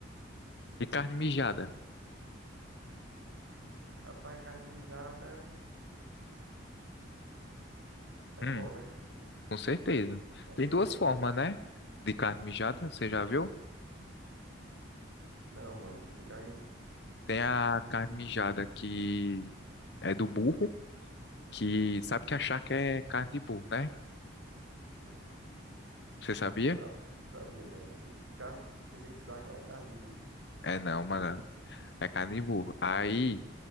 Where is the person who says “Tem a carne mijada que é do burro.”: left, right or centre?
Left